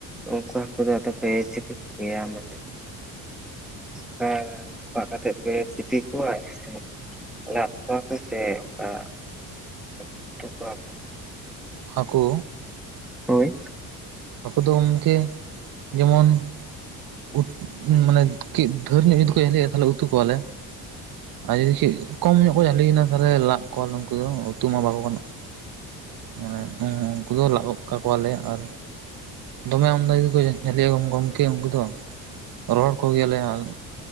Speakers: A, in the centre; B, on the right (about 55°).
A: ᱩᱝᱠᱩ ᱦᱟᱹᱠᱩ ᱫᱚ ᱟᱫᱚ ᱯᱮ ᱪᱤᱠᱟᱹ ᱠᱚᱜᱮᱭᱟ ᱢᱟᱱᱮ? ᱱᱚᱝᱠᱟ ᱨᱟᱯᱟᱜ ᱠᱟᱛᱮᱫ ᱯᱮ ᱥᱤᱯᱤ ᱠᱚᱣᱟ ᱥᱮ? ᱞᱟᱫ ᱠᱚᱣᱟ ᱯᱮ ᱥᱮ ᱚᱝᱠᱟ ᱥᱮ ᱩᱛᱩ ᱠᱚᱣᱟ ᱯᱮ?
B: ᱦᱟᱹᱠᱩ?
A: ᱦᱳᱭ᱾
B: ᱦᱟᱠᱩ ᱫᱚ ᱜᱚᱢᱠᱮ ᱡᱮᱢᱚᱱ <unintelligible> ᱢᱟᱱᱮ ᱠᱟᱺᱡ ᱫᱷᱟᱹᱨ ᱧᱚᱜ ᱡᱩᱫᱤ ᱠᱚ ᱦᱩᱭᱩᱜ-ᱟ, ᱛᱟᱦᱞᱮ ᱩᱛᱩ ᱠᱚᱣᱟᱞᱮ᱾ ᱟᱨ ᱡᱩᱫᱤ ᱠᱟᱺᱡ ᱠᱚᱢ ᱧᱚᱜ ᱠᱚ ᱡᱟᱹᱞᱤᱭᱮᱱᱟ ᱛᱟᱞᱦᱮ ᱞᱟᱫ ᱠᱚᱣᱟᱞᱮ ᱩᱱᱠᱩ ᱫᱚ, ᱩᱛᱩ ᱢᱟ ᱵᱟᱠᱚ ᱜᱟᱱᱚᱜ᱾ ᱢᱟᱱᱮ, ᱦᱮᱸ ᱩᱱᱝᱠᱩ ᱫᱚ ᱞᱟᱜ ᱜᱚᱫ ᱠᱟᱠᱚᱣᱟᱞᱮ ᱟᱨ ᱫᱚᱢᱮ ᱟᱢᱫᱟ ᱜᱮᱠᱚ ᱡᱷᱟᱞᱤᱜ-ᱟ ᱜᱚᱢᱠᱮ ᱩᱝᱠᱩ ᱫᱚ᱾ ᱨᱚᱦᱚᱲ ᱠᱚᱜᱮᱭᱟᱞᱮ ᱟᱻ